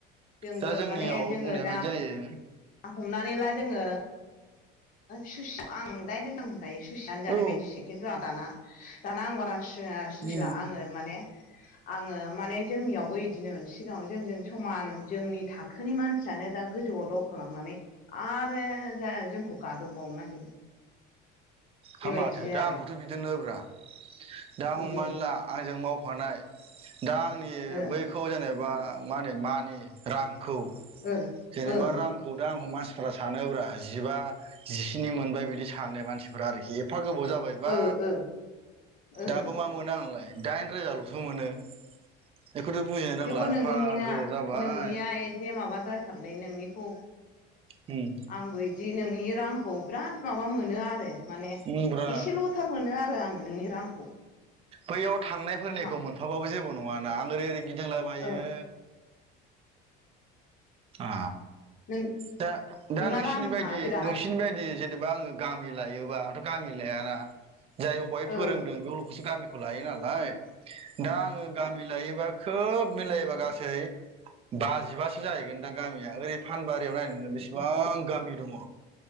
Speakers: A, on the left (about 45°); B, on the right (about 30°).
A: जोंबो
B: दा जोंनियाव
A: माने जोङो
B: बुंनायबायदि
A: दा
B: जायो
A: हमनानै ला जोङो सुइसि आं डाइरेक्ट आं होनखायो सुइसियानो जानाय
B: औ
A: बायदिसो खिन्थु आं दाना दाना आं बारा <unintelligible> सुइसिला
B: उम
A: <unintelligible> आङो माने आङो माने जोंनियावबो बिदिनो सिगाङाव जोंजों समान जोंनि थाखोनि मानसियानो दा गोजौआव दावखोलांनानै आरो जा जोंखौ गादब बावनो नागिरो। बेबायदि
B: हा माथो दा
A: आरो
B: आंखौथ' बिदिनो ब्रा दा
A: बिदि
B: हमनानै ला आंजों मावफानाय दा आंनि
A: ओं
B: बैखौ जेने बा मा होनो मानि रांखौ
A: ओं
B: जेनेबा
A: ओं
B: रांखौ दा आं हमनां फोरा सानोब्रा जिबा जिस्नि मोनबाय बिदि सानो मानसिफोरा आरोखि एफा गोबाव जाबाय बा
A: ओ ओ ओं
B: दाबो मा मोनो आंलाय दाइन रोजाल'सो मोनो। बेखौथ' बुजिनो
A: थेवबो
B: रोंला
A: नोंनिया
B: एफा गोबाव जाबाय
A: नोंनिया एसे माबाद्राय थारलै नोंनिखौ
B: उम
A: आंबो इदि नोंनि रांखौ बिराद माबा मोनो आरो माने
B: उमब्रा
A: एसेल'थार मोनो आरो आङो नोंनि रांखौ।
B: बैयाव थांनायफोरनिखौ
A: मा
B: मोनफाबाबो जेबो नङा ना आं ओरै ओरै गि दिंला बायो
A: औ
B: आ
A: नों
B: दा दा
A: नोंना
B: नोंसिनि
A: रांहा
B: बायदि
A: बिराद
B: नोंसिनि बायदि जे नेबा आङो गामि लायोबा आंथ' गामि लायाना जाय अबेहाय फोरोंदों
A: औ ओ
B: बेयावल'खोसो गामि खौ लायो नालाय दा आङो गामि लायोबा खोब मिलायोबा
A: उम
B: गासै बाजिबासो जाहैगोन दां गामिया ओरै फानबारियाव नाय नोङो बेसेबां
A: उम
B: गामि दङ'।